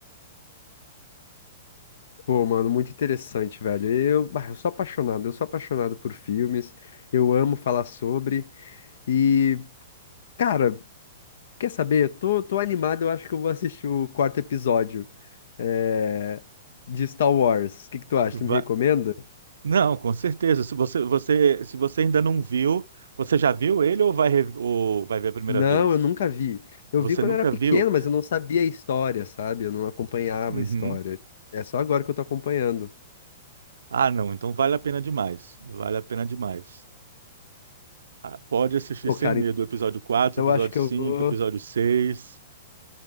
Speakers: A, on the left (about 70°); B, on the right (about 80°).
A: Pô, mano, muito interessante, velho. Eu, bah, eu sou apaixonado, eu sou apaixonado por filmes, eu amo falar sobre. E, cara. Quer saber? Eu tô, tô animado, eu acho que eu vou assistir o quarto episódio eh, de Star Wars. O que que tu acha?
B: Va-
A: Tu me recomenda?
B: Não, com certeza. Se você, você, se você ainda não viu, você já viu ele ou vai, re- ou vai ver a primeira
A: Não,
B: vez?
A: eu nunca vi. Eu
B: Você
A: vi quando
B: nunca
A: era pequeno,
B: viu?
A: mas eu não sabia a história, sabe? Eu não acompanhava
B: Uhum.
A: a história. É só agora que eu tô acompanhando.
B: Ah, não. Então vale a pena demais. Vale a pena demais. Ah, pode assistir
A: Pô,
B: sem
A: cara,
B: medo. o Episódio 4,
A: então
B: episódio
A: eu acho que
B: 5,
A: eu vou,
B: episódio seis